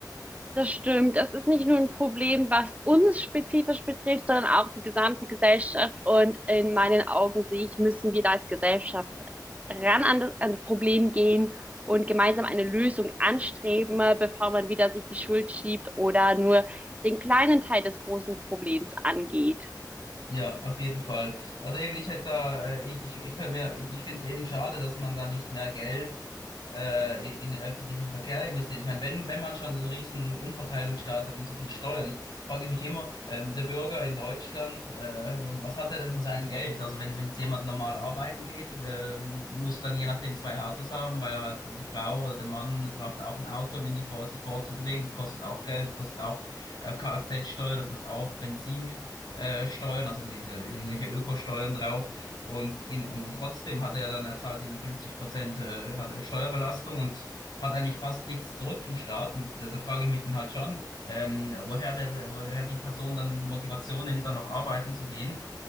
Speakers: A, on the right (about 20°); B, on the left (about 85°).
A: Das stimmt. Das ist nicht nur ein Problem, was uns spezifisch betrifft, sondern auch die gesamte Gesellschaft. Und in meinen Augen sehe ich, müssen wir da als Gesellschaft ran an das, an das Problem gehen und gemeinsam eine Lösung anstreben, äh, bevor man wieder sich die Schuld schiebt oder nur den kleinen Teil des großen Problems angeht.
B: Ja, auf jeden Fall. Also eben, ich hätte da, äh, ich, ich, ich kann mir, ich finde es eben schade, dass man da nicht mehr Geld äh, in in den öffentlichen Verkehr investiert. Ich meine, wenn, wenn man schon einen riesen Umverteilungsstaat hat und so viel Steuern, frage ich mich immer, ähm, der Bürger in Deutschland, äh, was hat er denn von seinem Geld? Also wenn, wenn jetzt jemand normal arbeiten geht, äh, muss dann je nachdem zwei Autos haben, weil halt die Frau oder der Mann braucht auch ein Auto, um ihn die vor, sich fortzubewegen. Das kostet auch Geld, das kostet auch äh, Kfz-Steuer, das kostet auch Benzin äh, Steuern, also diese, irgendwelche Ökosteuern drauf. Und, in, und, und trotzdem hat er dann, er zahlt irgendwie 50 Prozent äh, hat er Steuerbelastung und hat eigentlich fast nichts zurück vom Staat. Und da, da frage ich mich dann halt schon, ähm, woher der, woher die Person dann die Motivation nimmt, dann noch arbeiten zu gehen.